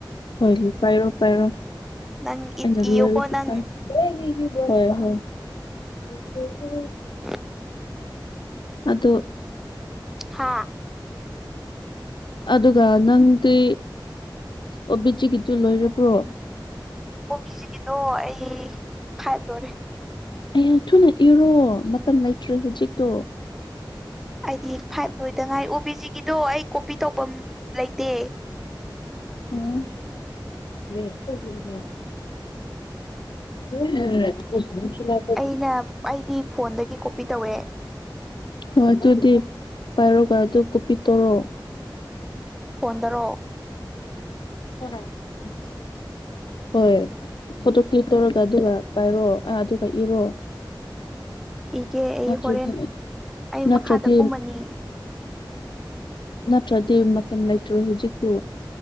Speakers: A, on the left; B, in the centre.
A: ꯍꯣꯏ ꯄꯥꯏꯔꯣ ꯄꯥꯏꯔꯣ
B: ꯅꯪ
A: ꯑꯩꯅ
B: ꯏ ꯏꯌꯨꯀꯣ
A: ꯂꯣꯏꯔꯗꯤ
B: ꯅꯪ
A: <unintelligible>
B: <inaudible>
A: ꯑꯗꯨ
B: ꯍꯥꯥ
A: ꯑꯗꯨꯒ ꯅꯪꯗꯤ ꯑꯣꯕꯤꯖꯤꯒꯤꯗꯨ ꯂꯣꯏꯔꯕ꯭ꯔꯣ
B: ꯀꯣꯕꯤꯖꯤꯒꯤꯗꯣ ꯑꯩ ꯐꯥꯏꯚ ꯂꯣꯏꯔꯦ
A: ꯑꯩ ꯌꯥꯝ ꯊꯨꯅ ꯏꯔꯣ ꯃꯇꯝ ꯂꯩꯇ꯭ꯔꯦ ꯍꯨꯖꯤꯛꯇꯣ
B: ꯑꯩꯗꯤ ꯐꯥꯏꯚ ꯂꯣꯏꯗꯉꯥꯏ ꯑꯣꯕꯤꯖꯤꯒꯤꯗꯣ ꯑꯩ ꯀꯣꯄꯤ ꯇꯧꯕꯝ ꯂꯩꯇꯦ
A: ꯎꯝ <unintelligible> <unintelligible>
B: ꯑꯩꯅ ꯑꯩꯗꯤ ꯐꯣꯟꯗꯒꯤ ꯀꯣꯄꯤ ꯇꯧꯋꯦ
A: ꯍꯣꯏ ꯑꯗꯨꯗꯤ ꯄꯥꯏꯔꯣꯒ ꯑꯗꯨ ꯀꯣꯄꯤ ꯇꯣꯔꯣ
B: ꯐꯣꯟꯗꯔꯣ
A: <unintelligible> ꯍꯣꯏ ꯐꯣꯇꯣ ꯀ꯭ꯂꯤꯛ ꯇꯧꯔꯒ ꯑꯗꯨꯒ ꯄꯥꯏꯔꯣ ꯑ ꯑꯗꯨꯒ ꯏꯔꯣ
B: ꯏꯒꯦ ꯑꯩ
A: ꯅꯠꯇ꯭ꯔꯗꯤ
B: ꯍꯣꯔꯦꯟ ꯑꯩ
A: ꯅꯠꯇ꯭ꯔꯗꯤ
B: ꯃꯈꯥꯗ ꯀꯨꯝꯃꯅꯤ
A: ꯅꯠꯇ꯭ꯔꯗꯤ ꯃꯇꯝ ꯂꯩꯇ꯭ꯔꯦ ꯍꯧꯖꯤꯛꯇꯨ